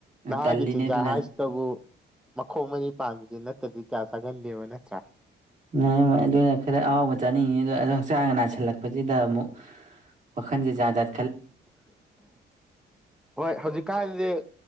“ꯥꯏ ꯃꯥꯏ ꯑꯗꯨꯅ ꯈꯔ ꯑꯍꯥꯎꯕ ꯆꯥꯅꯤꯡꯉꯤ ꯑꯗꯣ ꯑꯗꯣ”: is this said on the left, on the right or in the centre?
Right